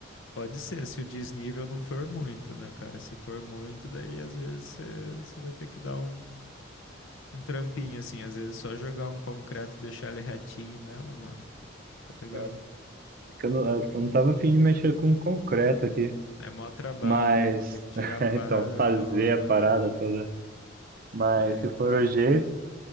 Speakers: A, on the left (about 80°); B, on the right (about 45°).
A: Pode ser, se o desnível não for muito, né, cara? Se for muito, daí às vezes você, você vai ter que dar um, um trampinho, assim. Às vezes só jogar um concreto e deixar ele retinho mesmo, mano. Tá ligado?
B: É que Eu não, eu não tava afim de mexer com concreto aqui,
A: É mó trabalho,
B: mas,
A: né, mano? Tem que tirar
B: <laughs>
A: a parada
B: então, fazer
A: toda,
B: a parada toda. Mas
A: né?
B: se
A: Então...
B: for o jeito,